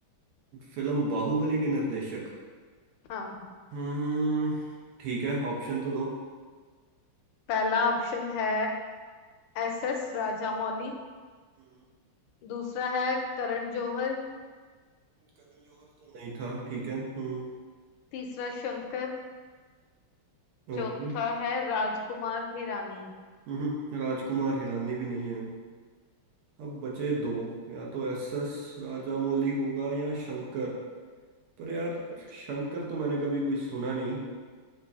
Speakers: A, on the right; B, on the left.
A: फिल्म बाहुबली के निर्देशक
B: हाँ
A: हम्म ठीक है ऑप्शन तो दो
B: पहला ऑप्शन है एस एस राजामौली
A: हम्म,
B: दूसरा है करण जौहर
A: करण जौहर तो नहीं था ठीक है हम्म
B: तीसरा शंकर चौथा
A: ओके
B: है राजकुमार हिरानी
A: हम्म राजकुमार हिरानी भी नहीं है अब बचे दो या तो एस एस राजामौली होगा या शंकर पर यार
B: सोचो
A: शंकर तो मैंने कभी कोई सुना नहीं